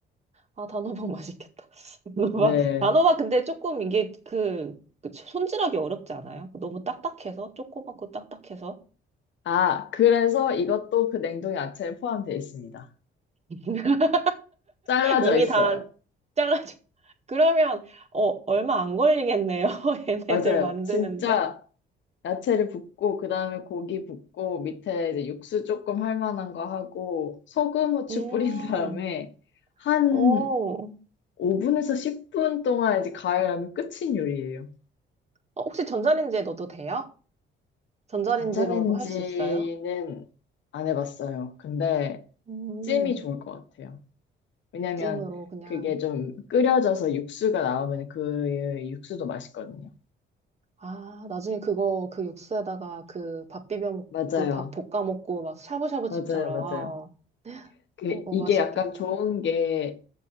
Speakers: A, on the right; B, on the left.
A: 아, 단호박 맛있겠다. <laughs>
B: 네.
A: 단호박, 단호박 근데 조금 이게 그, 그 손질하기 어렵지 않아요? 너무 딱딱해서? 조그맣고 딱딱해서?
B: 아, 그래서 이것도 그 냉동 야채에 포함되어 있습니다.
A: <laughs>
B: 잘라져
A: 이미
B: 있어요.
A: 다 잘라줘. 그러면, 어, 얼마 안 걸리겠네요. <laughs> 얘네들
B: 맞아요.
A: 만드는데.
B: 진짜 야채를 붓고, 그 다음에 고기 붓고, 밑에 이제 육수 조금 할 만한 거 하고, 소금, 후추
A: 음,
B: 뿌린 다음에, 한
A: 오.
B: 5분에서 10분 동안 이제 가열하면 끝인 요리예요.
A: 어, 혹시 전자레인지에 넣어도 돼요? 전자레인지로도
B: 전자레인지는
A: 할 수 있어요?
B: 안 해봤어요. 근데
A: 음,
B: 찜이 좋을 것 같아요. 왜냐면
A: 찜으로 그냥.
B: 그게 좀 끓여져서 육수가 나오면 그 육수도 맛있거든요.
A: 아, 나중에 그거 그 육수에다가 그 밥 비벼 먹고
B: 맞아요.
A: 그 밥 볶아 먹고 막 샤브샤브집처럼.
B: 맞아요. 맞아요. 그,
A: 어, 어,
B: 이게
A: 맛있겠다.
B: 약간 좋은 게